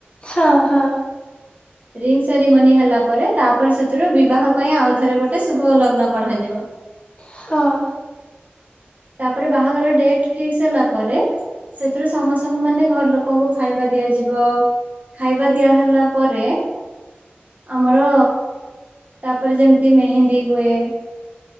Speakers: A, on the left; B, on the right.
A: ହଁ ହଁ।
B: ରିଙ୍ଗ ସେରିମନି ହେଲାପରେ ତାପରେ ସେଥିରୁ ବିବାହ ପାଇଁ ଆଉଥରେ ଗୋଟେ ଶୁଭଲଗ୍ନ କଢାଯିବ।
A: ହଁ।
B: ତାପରେ ବାହାଘର ଡେଟ୍ ଫିକ୍ସ ହେଲା ପରେ। ସେଥିରୁ ସମସ୍ତଙ୍କୁ ମାନେ ଘରଲୋକଙ୍କୁ ଖାଇବା ଦିଆଯିବ। ଖାଇବା ଦିଆହେଲା ପରେ। ଆମର ତାପରେ ଯେମତି ମେହେନ୍ଦୀ ହୁଏ।